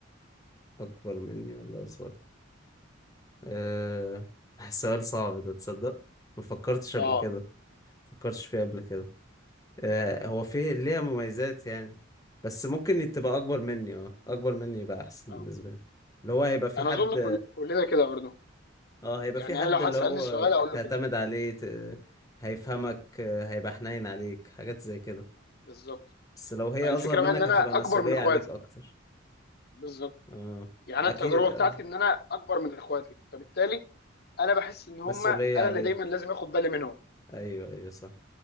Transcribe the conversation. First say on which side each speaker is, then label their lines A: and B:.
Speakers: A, on the left (about 15°); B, on the left (about 50°).
A: اكبر مني ولا اصغر آه <laughs> سؤال صعب ده تصدق ما فكرتش قبل
B: اه
A: كده فكرتش فيه قبل كده آه هو فيه ليها مميزات يعني بس ممكن تبقى اكبر مني اه اكبر مني يبقى احسن
B: اه
A: بالنسبه لي اللي هو هيبقى في
B: انا
A: حد
B: اظن كل... كلنا كده برضو
A: اه هيبقى
B: يعني
A: في حد
B: انا لو حد
A: اللي
B: سالني
A: هو
B: السؤال اقول له
A: تعتمد
B: كده
A: عليه ت... هيفهمك آه، هيبقى حنين عليك حاجات زي كده
B: بالظبط
A: بس لو هي
B: فالفكره
A: اصغر منك
B: بقى ان انا
A: هتبقى
B: اكبر
A: مسؤوليه
B: من اخواتي
A: عليك اكتر
B: بالظبط
A: اه
B: يعني انا
A: اكيد
B: التجربه
A: اه
B: بتاعتي ان انا اكبر من اخواتي فبالتالي انا بحس ان هم
A: مسؤوليه
B: انا
A: عليك
B: اللي دايما لازم اخد بالي منهم
A: ايوه ايوه صح